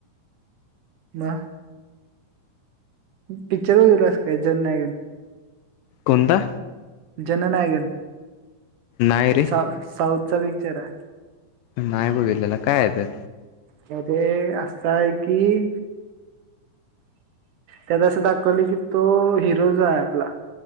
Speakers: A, on the right (about 70°); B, on the left (about 85°).
A: म. पिक्चर व गेल काय जन नाहीयक.
B: कोता.
A: जननायकन.
B: नाही रे
A: सा साऊथ. च बीचरा.
B: नाहीय बघल ल काय आहे त्यात.
A: त्या ते असं आहे. कि त्यात असं दाखवलं कि, तो हिरो जो आहे. आपला.